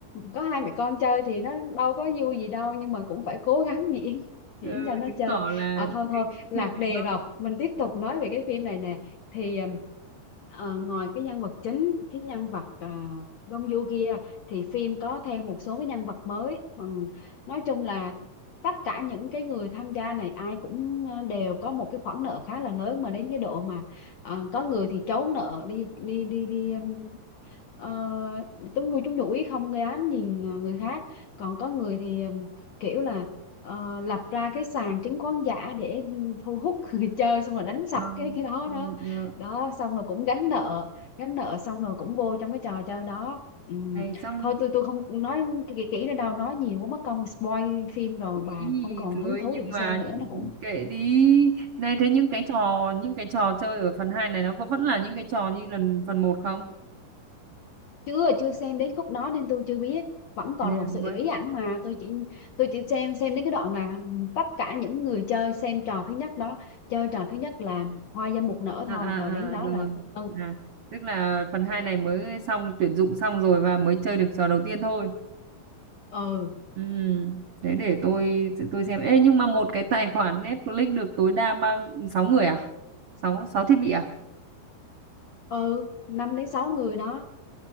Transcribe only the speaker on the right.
ừ,
chứng
tỏ là
cái cái
phim này
nó
ờ,
ừ,
ừ.
này xong
ý
rồi
nhưng
mà
kệ đi này thế những cái trò những cái trò chơi ở phần 2 này nó có vẫn là những cái trò như lần phần một không
À,
thế
là
mới
à,
à,
à rồi
à tức là phần 2 này mới xong tuyển dụng xong rồi và mới chơi được trò đầu tiên thôi
ừ thế để tôi tôi xem ê nhưng mà một cái tài khoản Netflix được tối đa bao sáu người à sáu sáu thiết bị à